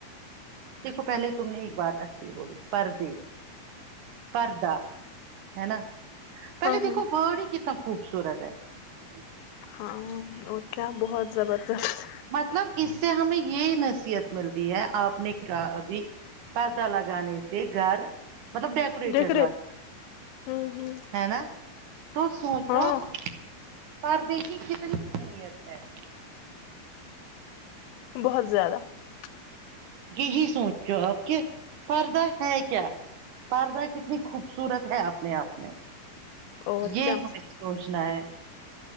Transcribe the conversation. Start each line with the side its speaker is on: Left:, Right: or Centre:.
Right: دیکھو پہلے تم نے ایک بات اچھی بولی پردے پردہ ہے نا پہلے
Left: ہاں
Right: دیکو
Left: ہ
Right: برڈ ہی کتنا خوبص سورت ہے <unintelligible>
Left: ہاں اور کیا بہت زبردست <unintelligible>
Right: مطلب اس سے ہمیں یہی نصیحت ملتی ہے آپ نےبھی پدہ لگانے سے گھر ملب ڈیکیٹ
Left: ڈیکوریٹ
Right: لگ
Left: ہ ہ
Right: ہے نا تو سوچو
Left: ہاں
Right: <unintelligible> پر دیکھی کتنی اہمیت ہے <unintelligible>
Left: بہت زیادہ <unintelligible>
Right: یہی سوچ جوو آپ کہ پردہ ہے کیا پردہ کتنی خوبصورت ہے اپنے آپ میں
Left: اور
Right: یہ
Left: کیا
Right: ہمیں سوچنا ہے